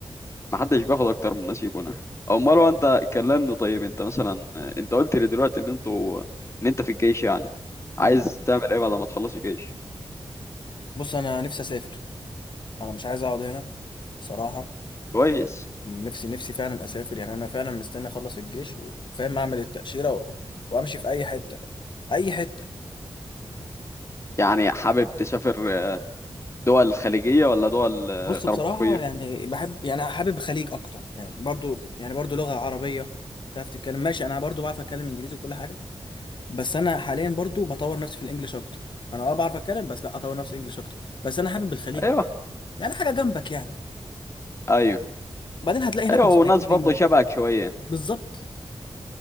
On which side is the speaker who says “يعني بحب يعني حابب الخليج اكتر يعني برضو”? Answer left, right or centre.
Left